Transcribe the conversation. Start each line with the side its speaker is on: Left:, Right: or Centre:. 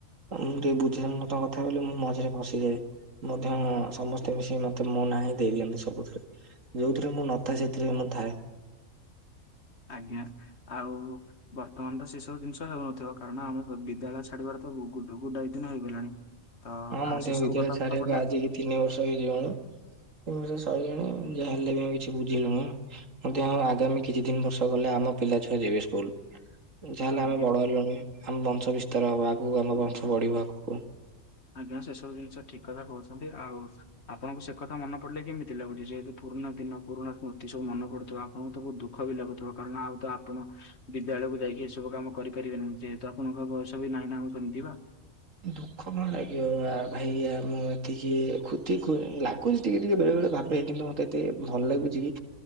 Right: ମୁଁ ଟିକେ ବୁଝେନି ତାଆ କଥା ବଲେ ମୁଁ ମଝିରେ ଫସିଯାଏ। ମଧ୍ୟଁ ସମସ୍ତେ ମିଶିକି ମତେ ମନା ହିିଁ ଦେଇ ଦିଅନ୍ତି ସବୁଥିରେ। ଯଉଥିରେ ମୁଁ ନଅଁ ଥାଏ, ସେଥିରେ ମୁଁ ଥାଏ।
Left: ଆଜ୍ଞା, ଆଉ ବର୍ତ୍ତମାନ ତ ସେ ସବୁ ଜିନିଷ ହେଉନଥିବ, କାରଣ ଆମେ ବିଦ୍ୟାଳୟ ଛାଡିବାର ତ <unintelligible> ଗୁଡ଼ାଏ ଦିନ ହେଇଗଲାଣି। ହଁ, ଆସି
Right: ମଧ୍ୟ
Left: ସବୁ
Right: ବିଦ୍ୟାଳୟ
Left: କଥା
Right: ଛାଡିବାକୁ
Left: ମନ ପଡିଲେ
Right: ଆଜିକି ତିନି ବର୍ଷ ହୋଇଯିବଣି, ତିନି ବର୍ଷ ସଇଲାଣି, ଯାହା ହେଲେ ବି ଆମେ କିଛି ବୁଝିଲୁନୁ। ବୋଧେ ଆଉ ଆଗାମୀ କିଛି ଦିନ ବର୍ଷ ଗଲେ ଆମ ପିଲା ଛୁଆ ଯିବେ ସ୍କୁଲ। ଯାହାହେଲେ ଆମେ
Left: ଆଜ୍ଞା
Right: ବଡ ହେଲୁଣି, ଆମ ବଂଶ ବିସ୍ତାର ହବ ଆଗକୁ, ଆମ ବଂଶ ବଢିବକୁ।
Left: ଆଜ୍ଞା! ସେ ସବୁ ଜିନିଷ ଠିକ୍ କଥା କହୁଛନ୍ତି ଆଉ ଆପଣଙ୍କୁ ସେ କଥା ମନ ପଡିଲେ କେମିତି ଲାଗୁଚି, ଯେହେତୁ ପୁରୁଣା ଦିନ, ପୁରୁଣା ସ୍ମୃତି ସବୁ ମନ ପଡୁିଥିବ? ବହୁତ୍ ବହୁତ ଦୁଃଖ ବି ଲାଗୁଥିବ, କାରଣ ଆଉ ତ ଆପଣ ବିଦ୍ୟାଳୟକୁ ଯାଇକି ଏସବୁ କାମ କରିପାରିବେ ନି ଯେହେତୁ ଆପଣଙ୍କ ବୟସ ବି ନାହିଁ ନାଁ <unintelligible>
Right: ଦୁଃଖ କଣ ଲାଗିବ ଆଁ ଭାଇ, ଆମ ଏତିକି ଖୁତି <unintelligible> ଲାଗ୍ ସ୍କୁଲ ଟିକେ ଟିକେ ବେଳେ ବେଳେ ଭାବେ, କିନ୍ତୁ ମତେ ଏତେ ଭଲ ଲାଗୁଚି ହୁଁ,